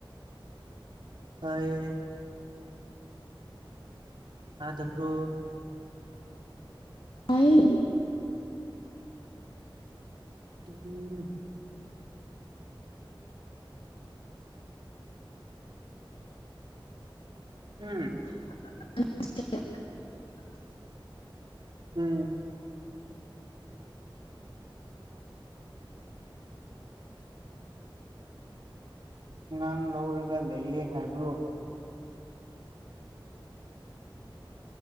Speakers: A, on the right; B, on the left.
A: ꯀꯌꯦ ꯑꯗꯞꯣ
B: ꯑꯩ
A: ꯎꯝ ꯎꯝ
B: ꯑ <unintelligible>
A: ꯎꯝ ꯑꯉꯥꯡ ꯂꯧꯔꯒ ꯂꯩꯌꯦ ꯍꯥꯏꯕ꯭ꯔꯣ